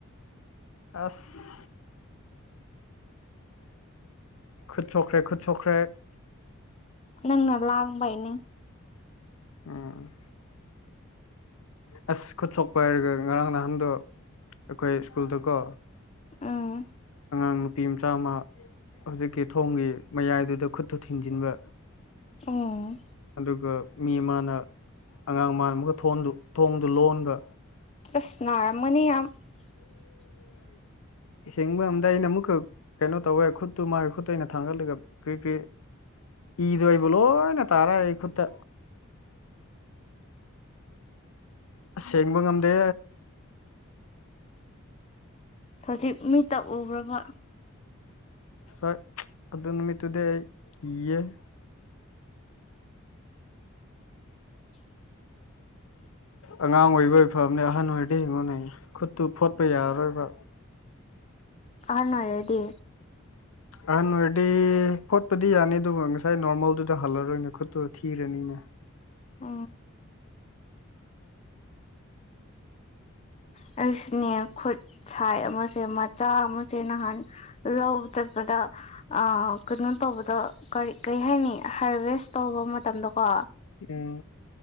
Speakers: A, on the left; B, on the left.
A: ꯑꯁ ꯈꯨꯠ ꯁꯣꯈ꯭ꯔꯦ ꯈꯠꯠ ꯁꯣꯈ꯭ꯔꯦ
B: ꯅꯪꯅ ꯂꯑꯕꯏꯅꯤ
A: ꯎꯝ ꯑꯁ ꯈꯨꯠ ꯁꯣꯛꯄ ꯍꯥꯏꯔꯒ ꯉꯔꯥꯡ ꯅꯍꯥꯟꯗꯣ ꯑꯩꯈꯣꯏ ꯁ꯭ꯀꯨꯜꯗꯀꯣ
B: ꯎꯝ
A: ꯑꯉꯥꯡ ꯅꯨꯄꯤ ꯃꯆꯥ ꯑꯃ ꯍꯧꯖꯤꯛꯀꯤ ꯊꯣꯡꯒꯤ ꯃꯌꯥꯏꯗꯨꯗ ꯈꯨꯠꯇꯨ ꯊꯤꯡꯖꯤꯟꯕ
B: ꯑꯣ
A: ꯑꯗꯨꯒ ꯃꯤ ꯑꯃꯅ ꯑꯉꯥꯡ ꯃꯥꯅ ꯑꯃꯒ ꯊꯣꯡꯗꯨ ꯂꯣꯟꯕ
B: ꯑꯁꯅꯔꯃꯅꯤ ꯌꯥꯝ <unintelligible>
A: ꯍꯤꯡꯕ ꯑꯝꯗꯏ ꯑꯩꯅ ꯑꯃꯨꯛꯀ ꯀꯩꯅꯣ ꯇꯧꯋꯦ ꯈꯨꯠꯇꯨ ꯃꯥꯒꯤ ꯈꯨꯠꯇꯨ ꯑꯩꯅ ꯊꯥꯡꯒꯠꯂꯒ ꯀ ꯏꯗ ꯑꯣꯏꯏꯕꯂꯣꯅ ꯇꯥꯔꯥ ꯑꯩ ꯈꯨꯠꯇ ꯑ ꯁꯦꯡꯕ ꯉꯝꯗꯦ
B: ꯍꯧꯖꯤꯛ ꯃꯤꯇ ꯎꯈ꯭ꯔꯕ
A: ꯑ ꯑꯗꯨꯗ ꯅꯨꯃꯤꯠꯇꯨꯗꯏ ꯀꯤꯌꯦꯦ
B: <inaudible>
A: ꯑꯉꯥꯡ ꯑꯣꯏꯕ ꯑꯣꯏ ꯐꯕꯅꯦ ꯑꯍꯟ ꯑꯣꯏꯔꯗꯤ ꯍꯤꯡꯉꯣꯅꯌꯦ ꯈꯨꯠꯇꯨ ꯐꯣꯠꯄ ꯌꯥꯔꯔꯣꯏꯕ
B: ꯐꯥꯅꯔꯗꯤ
A: ꯑꯍꯟ ꯑꯣꯏꯔꯗꯤ ꯐꯣꯠꯄꯗꯤ ꯌꯥꯅꯤ ꯑꯗꯨꯒ ꯉꯁꯥꯏ ꯅꯣꯔꯃꯦꯜꯗꯨꯗ ꯍꯜꯂꯔꯣꯏꯅꯦ ꯈꯨꯠꯇꯨ ꯊꯤꯔꯅꯤꯅꯦ
B: ꯑ ꯈꯨꯁꯜ ꯑꯩꯁꯤꯅꯦ ꯈꯨꯠ ꯁꯥꯏ ꯑꯃꯁꯦ ꯃꯆꯥ ꯑꯃꯁꯦ ꯅꯍꯥꯟ ꯂꯧꯕ ꯆꯠꯄꯗ ꯑ ꯀꯩꯅꯣ ꯇꯧꯕꯗ ꯀꯔꯤ ꯀꯔꯤ ꯍꯥꯏꯅꯤ ꯍꯥꯔꯚꯦꯁ ꯇꯧꯕ ꯃꯇꯝꯗꯀꯣ
A: ꯎꯝ